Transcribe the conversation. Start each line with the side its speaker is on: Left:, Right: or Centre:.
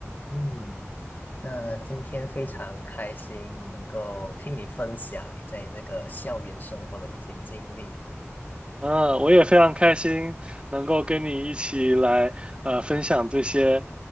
Left: 嗯，那今天非常开心能够听你分享你在这个校园生活的一些经历。
Right: 嗯，我也非常开心能够跟你一起来呃分享这些